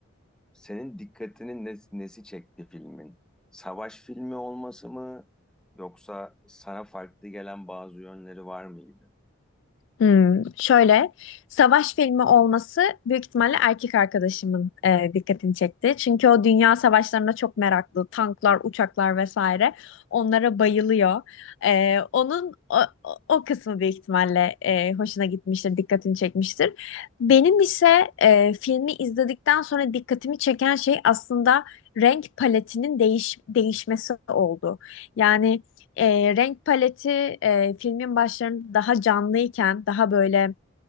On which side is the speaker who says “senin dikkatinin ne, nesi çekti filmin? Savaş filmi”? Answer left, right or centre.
Centre